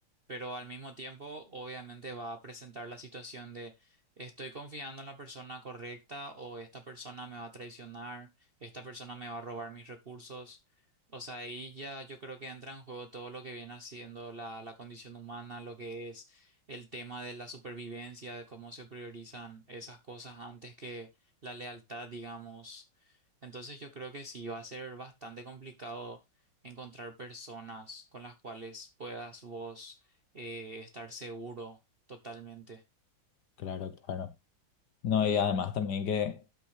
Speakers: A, on the right; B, on the left.
A: pero al mismo tiempo obviamente va a presentar la situación de estoy confiando en la persona correcta o esta persona me va a traicionar, esta persona me va a robar mis recursos. O sea, ahí ya yo creo que entra en juego todo lo que viene haciendo la, la condición humana, lo que es el tema de la supervivencia, de cómo se priorizan esas cosas antes que la lealtad, digamos. Entonces yo creo que sí va a ser bastante complicado encontrar personas con las cuales puedas vos eh, estar seguro totalmente.
B: claro, claro. No, y además también que